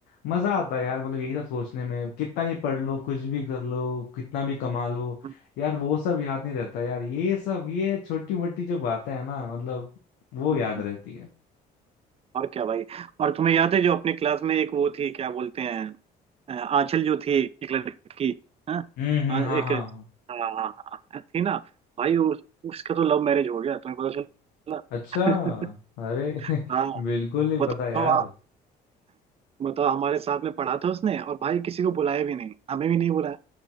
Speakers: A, on the left; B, on the right.
A: मजा आता है यार मतलब यही सब सोचने में कितना ही पढ़ लो कुछ भी कर लो कितना भी कमा लो
B: हम्म,
A: यार वो सब याद नहीं रहता यार ये सब ये छोटी मोटी जो बातें हैं ना मतलब वो
B: हम्म।
A: याद रहती है
B: और क्या भाई और तुम्हें याद है जो अपने क्लास में एक वो थी क्या बोलते हैं अ, आंचल जो थी एक लड़की हाँ
A: हम्म हम्म,
B: हाँ,
A: हाँ
B: एक
A: हाँ हाँ।
B: हाँ हाँ, हाँ, थी ना भाई उस, उसका तो लव मैरिज हो गया तुम्हें पता चला
A: अच्छा
B: <laughs>
A: अरे <laughs>
B: हाँ
A: बिल्कुल नहीं
B: बताओ
A: पता यार
B: बताओ हमारे साथ में पढ़ा था उसने और भाई किसी को बुलाया भी नहीं हमें भी नहीं बुलाया